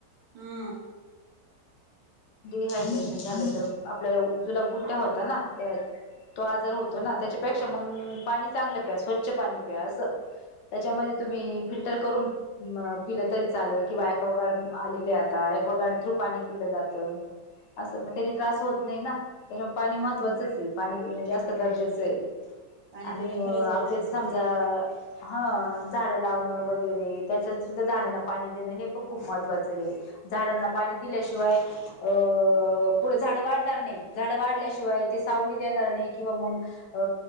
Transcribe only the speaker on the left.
डिहायड्रेशन झालं तर आपल्याला जुलाब, उलट्या होत ना तो आजार होत ना त्याच्यापेक्षा मग पाणी चांगलं प्या स्वच्छ, पाणी प्या असं. त्याच्यामध्ये तुम्ही फिल्टर करून अ पिलं तरी चालेल किंवा एक्वागाड आले आता एक एक्वागाड थ्रू पाणी पिलं जात असं मग त्यानी त्रास होत नाही ना त्याच्यामुळे पाणी
महत्त्वाचंच आहे. पाणी पिणं जास्त गरजेचं आहे
आणि
आपलेच समजा
हा झाडं लावणं वगैरे त्याच्यात सुद्धा झाडांना पाणी देणं हे पण खूप महत्त्वाचं आहे. झाडांना पाणी दिल्याशिवाय अ अ पुढं झाड वाढणार नाही झाड वाढल्याशिवाय ते सावली देणार नाही किंवा मगं अ